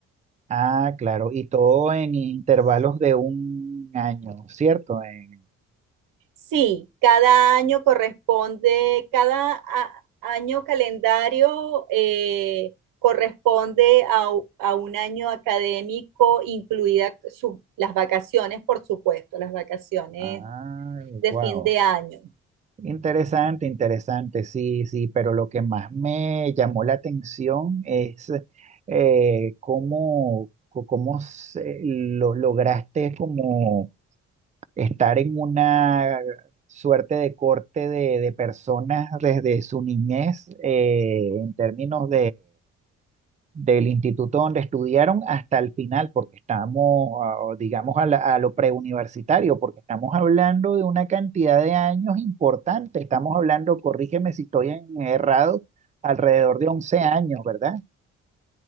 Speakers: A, on the right (about 20°); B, on the right (about 75°).
A: Ah, claro, y todo en intervalos de un año, ¿cierto? En-
B: Sí, cada año corresponde, cada a- año calendario eh, corresponde a, u- a un año académico, incluidas las vacaciones, por supuesto, las vacaciones
A: ah,
B: de
A: wow.
B: fin de año.
A: Interesante, interesante, sí, sí, pero lo que más me llamó la atención es eh, cómo, co- cómo se- lo, lograste como estar en una suerte de corte de, de personas desde su niñez eh, en términos del instituto donde estudiaron hasta el final, porque estamos, ah, digamos, a, la- a lo preuniversitario, porque estamos hablando de una cantidad de años importante, estamos hablando, corrígeme si estoy en- errado, alrededor de once años, ¿verdad?